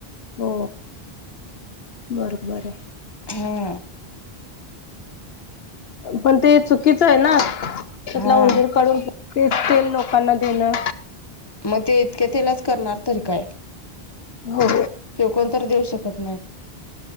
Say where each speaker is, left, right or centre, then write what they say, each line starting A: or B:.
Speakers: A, on the left (about 75°); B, on the left (about 25°).
A: हो, बरोबर आहे.
B: हम्म.
A: पण ते चुकीचं आहे ना त्यातला
B: हा
A: उंदीर काढून तेच तेल लोकांना देणं.
B: मग ते इतक्या तेलाच करणार तरी काय?
A: हो.
B: फेकून तर देऊ शकत नाही,